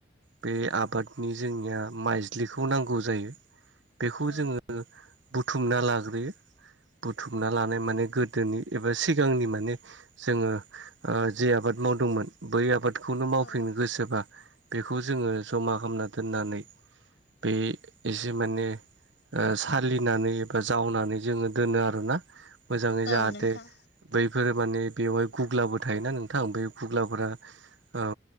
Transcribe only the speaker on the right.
बे आब आबादनि जोंनिया माइज्लिखौ नांगौ जायो। बेखौ
जोङो ओ बुथुमना लाग्रोयो। बुथुमना लानाय माने गोदोनि एबा सिगांनि माने जोङो ओ जि आबाद मावदोंमोन बै आबादखौनो मावफिनो
गोसोबा बेखौ जोङो जमा खालामना दोननानै बे एसे माने ओ सालिनानै एबा जावनानै जोङो दोनो आरोना। मोजाङै
जाहाथे
बैफोर माने बेवहाय गुग्लाबो थायोना नोंथां बे गुग्लाफोरा औ